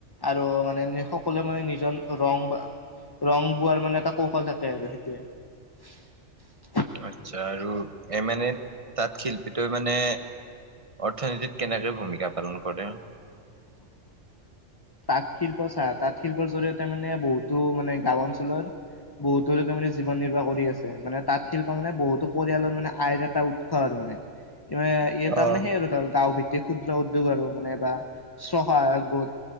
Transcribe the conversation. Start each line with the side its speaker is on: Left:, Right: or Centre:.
Left: আৰু মানে সকলোৱে মানে নিজৰ ৰং বা ৰং বোৱাৰ মানে এটা কৌশল থাকে আৰু সেইটোৱে।
Right: আচ্ছা আৰু এই মানে তাত শিল্পীটো মানে অৰ্থনীতিত কেনেকৈ ভূমিকা পালন কৰে।
Left: <inaudible> তাঁত শিল্প চা তাঁত শিল্পৰ জৰিয়তে মানে বহুতো মানে গাঁও অঞ্চলৰ বহুতো লোকে মানে জীৱন নিৰ্বাহ কৰি আছে মানে তাঁত শিল্পা মানে বহুতো পৰিয়ালৰ মানে আইৰ এটা উৎস আৰু মানে <inaudible> এটা
Right: অ'।
Left: মানে সেই আৰু ধ গাঁও ভিত্তিক ক্ষুদ্ৰ উদ্যোগ আৰু মানে বা স্ব সহায়ক গোট